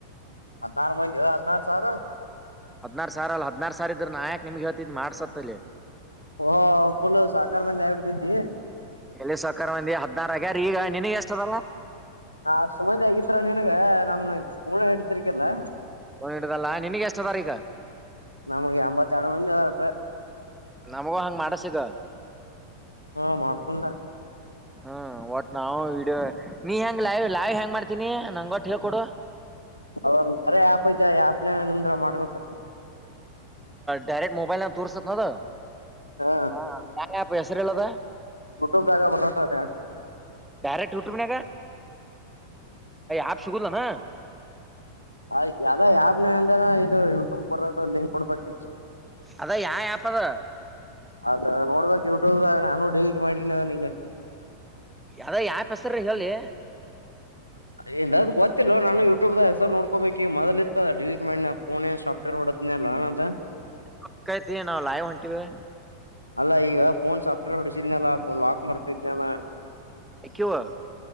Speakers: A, on the left (about 80°); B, in the centre.
A: ಹದಿನಾರ ಮಂದಿಯೊ ಹದಿನಾರ ಸಾವಿರ
B: ಹದನಾರ ಸಾವಿರಾಲ್ಲ ಹದನಾರ ಸಾವಿರ ಇದ್ರ ನಾ ಯಾಕ ನಿಮಗ ಹಳ್ತಿದ್ ಮಾಡ್ಸತಲ್ಲಿ
A: ಓ ಪುಲ ಸಾಹುಕಾರ ಮಂದಿ ಆಗಿಬಿಡತಿದ್ದೀ
B: ಎಲ್ಲಿ ಸಹುಕಾರ ಮಂದಿ ಹದ್ನಾರ ಆಗ್ಯಾರ ಈಗ ನಿನಗ ಎಷ್ಟದರ
A: ಅಷ್ಟ ಮಂದಿ ಆಗಿದ್ರ ನಿನ್ಗ ನಮ್ನ ಕೊನ ಇಡ್ತಿರ್ಕಿಲ್ಲಾ
B: ಕೊನ ಹಿಡದಲ್ಲ ನಿನಗ ಎಷ್ಟ ಅದರ ಈಗ
A: ನಮ್ಗೆ ಎಂಬತ್ತೆರಡು ಮಂದಿ <unintelligible>
B: ನಮಗು ಹಂಗ್ ಮಾಡಸಿಗ
A: ಹಾ ಮಾಡಸಮ್ಮ ಲೇ
B: ಹ್ಮ್ ಒಟ್ ನಾವು ವಿಡಿಯ ನೀ ಹೆಂಗ್ ಲೈವ್ ಲೈವ್ ಹೆಂಗ್ ಮಾಡ್ತೀನಿ ನಂಗ ಒಟ್ ಹೇಳ್ ಕೊಡು
A: ಅದು ಒಂದ್ ಕಾರ್ಯ ಆಪ್ ಐತಿ ಆಪನಾಗಿಂದ್ರ ಮಾಡ್ಬೇಕ
B: ಡೈರೆಕ್ಟ್ ಮೊಬೈಲ್ ನಾಗ ತೋರಿಸತ ಅದು
A: ಹಾ
B: ಹ ಯಾವ ಆಪ್ಪು ಹೆಸರ ಹೇಳದು
A: ಯೂಟ್ಯೂಬ್ದಾಗ ಬರತ್ತ ಅದ
B: ಬ್ಯಾರೆ ಟೂರ್ <inaudible> ಆ ಶುಗಲ್ಲ ನ
A: ಅಲ್ಲಿ ಆ್ಯಪ್ನಗ ಅಂದ್ರ ಇದು ಯೂಟ್ಯೂಬ ಬರೋದು ಲಿಂಕ್ ಕೊಡ್ಬೇಕ
B: ಅದ ಯಾ ಆಪ್ ಅದ
A: ಅದ ನೋಡ್ಬೇಕು ಯೂಟ್ಯೂಬದಾಗ ನಾನು ಡಿಲೀಟ್ ಮಾಡೀನಿ ಅವನಿಗ
B: ಯದ ಆಫ್ ಹೆಸರ ಹೇಳಲೇ
A: ಎ ನನಗು ಗೊತ್ತಿಲ್ಲೊ ನಾನು ಯೂಟ್ಯೂಬದಾಗ ಹೆಸರ ನೋಡ್ಕೋಬೇಕ ಈಗ ಮೊದಲ ಇತ್ತ ಡಿಲಿಟ್ ಮಾಡಿನಾ ಪೋನಿಗ ಸೊಫ್ಟವೇರ್ ಹೊಡದನಲ್ಲಾ ಅಂತ
B: ಅಕ್ಕೈತಿ ನಾವು ಲೈವ್ ಹೊಂಟಿವಿ
A: ಅಲ್ಲಾ ಈಗ ಫೋನ್ ಸಾಫ್ಟ್ವೇರ್ ಹೊಡಸಿದ್ನಲ್ಲ ಫೋನ್ ಲಾಕ್ ಮಾಡ್ತತೈತೆನ
B: ಹವ <unintelligible>